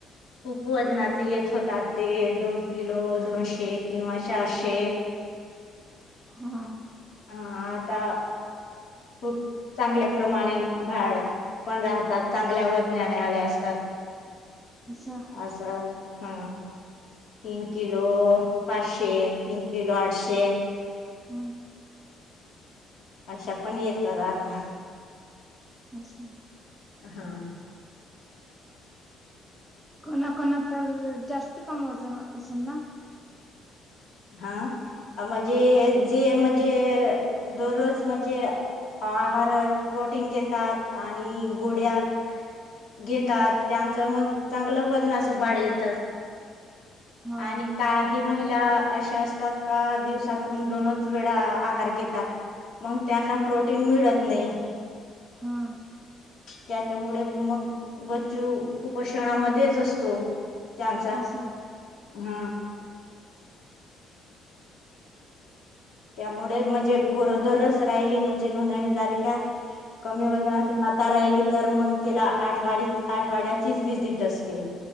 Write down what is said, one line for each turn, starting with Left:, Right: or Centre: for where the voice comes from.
Left: खूप वजनाचे येत होतात ते दोन किलो दोनशे किंवा चारशे
Centre: हा.
Left: हा आता खूप चांगल्या प्रमाणे भाड पण राहतात चांगल्यावर ज्ञाने आले असतात
Centre: असं
Left: असं हा तीन किलो. पाचशे तीनशे. किलो आठशे ते
Centre: ह
Left: अशा पण येतात आता.
Centre: अच्छा.
Left: हा.
Centre: कोणाकणा तर जास्त कम वजन असेल ना
Left: हा आ मज जे जे म्हणजे दररोज म्हणजे. आहार प्रोटीन घेतात आणि गोड्या घेतात
Centre: ह
Left: त्यांचं मग चांगलं वजन अस बाळ येतात.
Centre: हा
Left: आणि काय ही महिला अशा असतात का दिवसातून दोनच वेळा आहार घेतात मग त्यांना प्रोटीन मिळत नाही.
Centre: हा
Left: त्याच्यामुळे मग. बच्चू कुपोषणामध्येच असत तो त्यांचा
Centre: असं
Left: हं. त्यामुळे म्हणजे गरोदरच राहिली म्हणजे नोंदणी झाली का कमी वजनाची
Centre: ह
Left: माता राहीली तर मग तिला आठवा आठवाड्याचीच व्हिजिट असते.